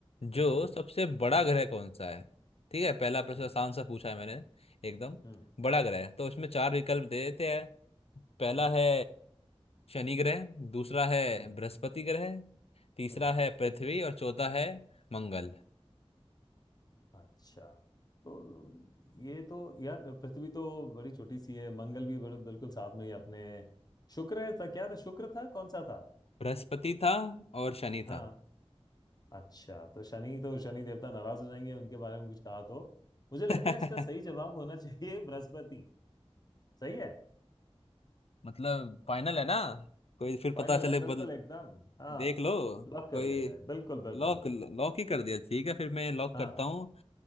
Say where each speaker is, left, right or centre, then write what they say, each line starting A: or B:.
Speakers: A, on the left; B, on the left.
A: जो
B: हम्म
A: सबसे बड़ा ग्रह कौन सा है ठीक है पहला प्रश्न
B: हम्म
A: आसान सा पूछा है मैंने एकदम
B: हम्म
A: बड़ा ग्रह है। तो उसमें चार विकल्प दे देते हैं पहला
B: हम्म
A: है शनि ग्रह दूसरा है
B: हम्म
A: बृहस्पति ग्रह तीसरा
B: हम्म।
A: है पृथ्वी और चौथा है मंगल
B: अच्छा तो ये तो यार पृथ्वी तो बड़ी छोटी सी है मंगल भी बड़े बिल्कुल साथ में ही अपने शुक्र है था क्या था शुक्र था कौन सा था
A: बृहस्पति था और शनि
B: हाँ
A: था
B: अच्छा तो शनि तो शनि देवता नाराज हो जाएंगे उनके बारे में कुछ कहा तो मुझे लगता
A: <laughs>
B: है इसका सही जवाब होना चाहिए <laughs> बृहस्पति सही है
A: मतलब फाइनल है ना कोई फिर
B: फाइनल
A: पता चले
B: है
A: बदल
B: बिल्कुल एकदम हाँ
A: देख लो
B: लॉक कर
A: कोई
B: दिया जाए बिल्कुल बिल्कुल
A: लॉक लॉक ही कर दिया ठीक है फिर मैं लॉक
B: हाँ
A: करता हूँ